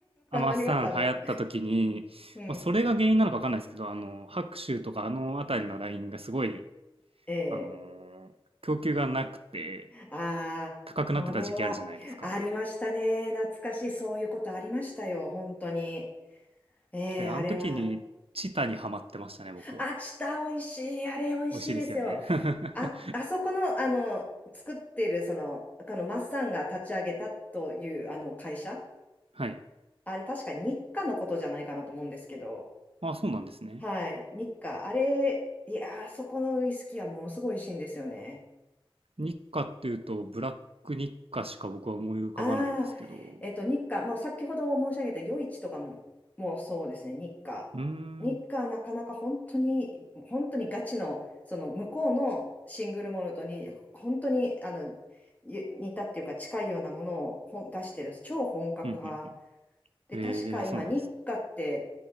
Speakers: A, on the right (about 85°); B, on the left (about 15°).
A: アマさん流行った時に、
B: ありましたね。うん。
A: まあ、それが原因なのかわかんないですけど、あの、白州とかあの辺りのラインがすごい、
B: ええ
A: あの、供給がなくて
B: ああ、
A: 高くなってた時期あるじゃないですか。
B: それはありましたね。懐かしい。そういうことありましたよ。本当に。ええ、
A: で、あの時にチタにハマってましたね、
B: あれは。
A: 僕は。
B: あ、チタ美味しい。あれ美味しいですよ。
A: 美味しいですよね。<laughs>
B: あ、あそこの、あの、作ってる、その、このマッサンが立ち上げたという、あの、会社。
A: はい。
B: あれ、確か日課のことじゃないかなと思うんですけど。
A: あ、そうなんですね。
B: はい。日課。あれ、いやー、あそこのウイスキーはものすごい美味しいんですよね。
A: 日課っていうと、ブラック日課しか僕は思い浮かばないんですけど。
B: ああ、えっと、日課、もう先ほど申し上げた夜市とかも、もうそうですね、日課。
A: うーん。うん、
B: 日課はなかなか本当に、本当にガチの、その向こうのシングルモルトに、本当にあのゆ似たっていうか近いようなものをほん出してる超本格派
A: うん、うん。
B: で、
A: えー、
B: 確か今、
A: そうなんですね。
B: 日課って、